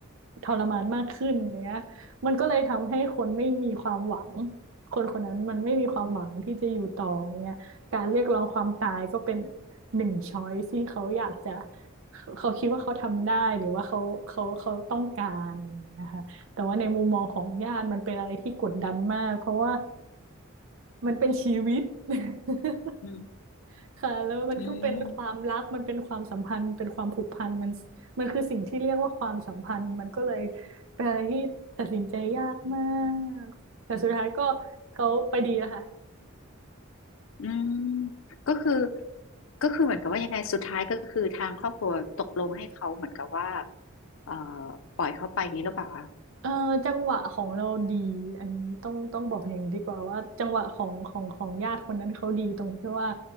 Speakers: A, on the right (about 65°); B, on the left (about 70°).
A: ทรมานมากขึ้นอย่างเงี้ยมันก็เลยทำให้คนไม่มีความหวังคนคนนั้นมันไม่มีความหวังที่จะอยู่ต่ออย่างเงี้ยการเรียกร้องความตายก็เป็นหนึ่งช้อยที่เขาอยากจะเขาเขาคิดว่าเขาทำได้หรือว่าเขาเขาเขาต้องการนะคะแต่ว่าในมุมมองของญาติมันเป็นอะไรที่กดดันมากเพราะว่ามันเป็นชีวิต <laughs>
B: อืม
A: ค่ะแล้วมันก็เป็นความรักมันเป็นความสัมพันธ์เป็นความผูกพันมันมันคือสิ่งที่เรียกว่าความสัมพันธ์มันก็เลย
B: อืม
A: เป็นอะไรที่ตัดสินใจยากมากแต่สุดท้ายก็เขาไปดีแล้วค่ะ
B: อืมก็คือก็คือเหมือนกับว่ายังไงสุดท้ายก็คือทางครอบครัวตกลงให้เขาเหมือนกับว่าเอ่อปล่อยเขาไปอย่างนี้หรือเปล่าคะ
A: เออจังหวะของเราดีอันนี้ต้องต้องบอกอย่างนี้ดีกว่าว่าจังหวะของของของญาติคนนั้นเขาดีตรงที่ว่า